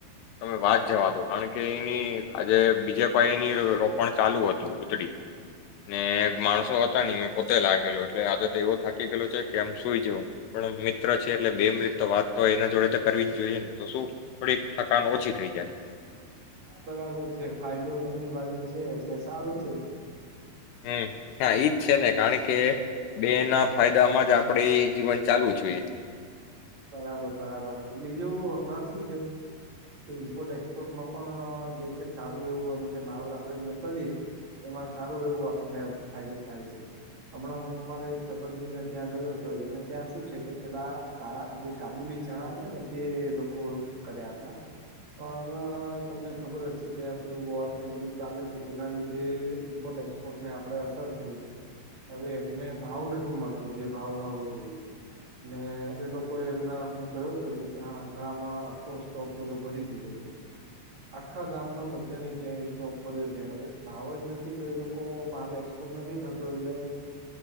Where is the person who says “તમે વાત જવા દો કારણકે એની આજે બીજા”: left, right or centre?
Left